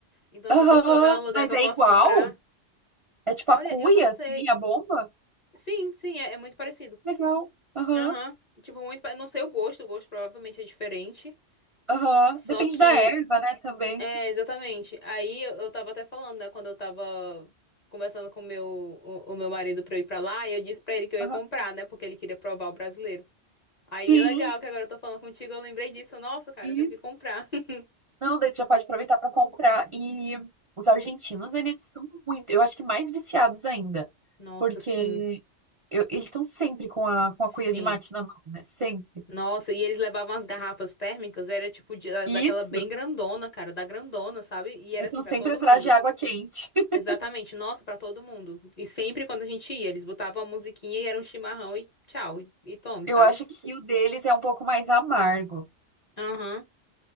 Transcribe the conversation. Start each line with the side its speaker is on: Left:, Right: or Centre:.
Left: Então,
Right: Aham,
Left: se tu souber um lugar
Right: mas
Left: que eu
Right: é
Left: posso
Right: igual?
Left: comprar.
Right: É tipo
Left: Olha,
Right: a cuia,
Left: eu não sei.
Right: assim, a bomba?
Left: Sim, sim, é, é muito parecido.
Right: Legal. Aham,
Left: Aham. Tipo, muito. pa- não sei o gosto, o gosto provavelmente é diferente.
Right: aham.
Left: Só
Right: Depende
Left: que.
Right: da erva, né, também.
Left: É, exatamente. Aí eu, eu tava até falando, né, quando eu tava. Conversando com o meu, o, o meu marido pra eu ir pra lá, e eu disse pra ele que eu ia
Right: Aham.
Left: comprar, né? Porque ele queria provar o brasileiro. Aí,
Right: Sim,
Left: legal que agora eu tô falando contigo, eu lembrei disso. Nossa, cara,
Right: isso.
Left: eu tenho que comprar. <laughs>
Right: Não, daí tu já pode aproveitar para comprar. E os argentinos, eles são muito, eu acho que mais viciados ainda.
Left: Nossa,
Right: Porque
Left: sim,
Right: eu- eles estão sempre com a, com
Left: sim.
Right: a cuia de mate na mão, né? Sempre.
Left: Nossa, e eles levavam as garrafas térmicas, era tipo de- da-
Right: Isso.
Left: daquela bem grandona, cara, da grandona, sabe? E era
Right: Aí estão
Left: assim pra
Right: sempre
Left: todo
Right: atrás
Left: mundo.
Right: de água quente. <laughs>
Left: Exatamente, nossa, pra todo mundo. E sempre quando a gente ia, eles botavam a musiquinha e era um chimarrão e tchau, e, e tome,
Right: Eu
Left: sabe?
Right: acho que o deles é um pouco mais amargo
Left: Aham.